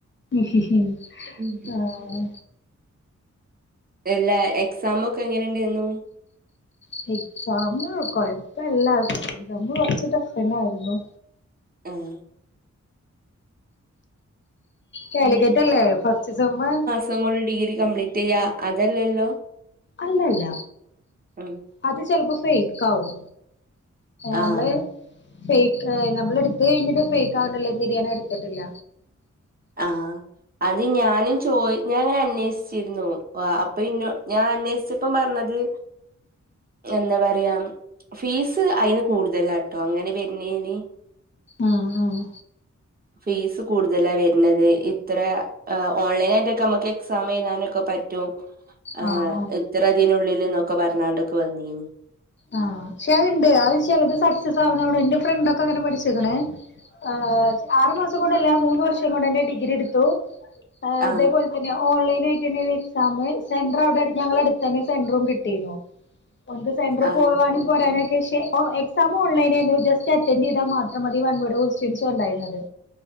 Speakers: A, on the left; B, on the right.
A: ഹി ഹി
B: ഉം.
A: ആഹ്
B: എല്ലാ എക്സാമക്കെ എങ്ങനെ ഉണ്ടായിരുന്നു
A: ഉ <inaudible> എക്സാം കൊഴപ്പല്ല സെക്കന്റ് സെമ കൊറച്ച് ടഫ്തന്നെയായിരുന്നു
B: ആഹ്
A: കാലിക്കറ്റ് അല്ലേ ഫസ്റ്റ് സമ്മ്
B: ഇപ്പ മ്മള് ഡിഗ്രി കംപ്ലീറ്റ് ചെയ്യാ അതല്ലല്ലോ
A: അല്ലല്ല
B: ഉം
A: അത് ചെലപ്പോ ഫെയ്ക്കാവും നമ്മള്
B: ആഹ്
A: ഫേക്ക് നമ്മള് എട്ത്ത് കഴിഞ്ഞിട്ട് ഫേക്ക് ആവണ്ടല്ലോന്ന് കര്തി ഞാനത്എടുത്തിട്ടില്ല
B: ആഹ് അത് ഞാനും ചോയ് ഞാന്ങ്ങനെ അന്വേഷിച്ചിരുന്നു ഓ അപ്പൊ ഇന്നോ ഞാൻ അന്വേഷിച്ചപ്പം പറഞ്ഞത് എന്താ പറയാ ഫീസ് അയിന് കൂടുതലാട്ടോ അങ്ങനെ വര് നേന്
A: ആഹ് ആഹ്
B: ഫീസ് കൂടുതലാ വേ എന്നത് ഇത്ര ഓൺലൈനാ യിട്ടൊക്കെ നമ്മക്ക് എക്സാമ് എഴ്താനെക്കെ പറ്റും ആ
A: ആഹ് ആഹ്
B: ഇത്ര ഇതിനുള്ളിൽന്നൊക്കെ പർഞ്ഞാണ്ട് ഒക്കെ വന്നീനി
A: ആഹ് പക്ഷേ അഅ്ണ്ട് അഅ് ചെലത് സക്സസ് ആവണോട് എന്റെ ഫ്രണ്ട് ഒക്കെ അങ്ങനെ പഠിച്ചിക്ക്ണ്‌ ആഹ് ആറു മാസം കൊണ്ടല്ല മൂന്ന് വർഷം കൊണ്ട്ന്നെ ഡിഗ്രി എടുത്തു
B: ആഹ്
A: ഇതേപോലെ പിന്നെ ഓൺലൈൻ ആയിട്ട് തന്നെനി എക്സാം സെന്റർ അവിടെ ഞങ്ങള അടുത്തന്നെ സെന്ററും കിട്ടിര്ന്നു <unintelligible> സെൻട്രറും
B: ആഹ്
A: പോരാനൊക്കെ ക്ഷേ എക്സാം ഓൺലൈനേന്നു ജസ്റ്റ് അറ്റൻഡ് ചെയ്താ മാത്രം മതി വൺ വേഡ് ക്വസ്റ്റ്യൻസ് ഉണ്ടയിരുന്നത്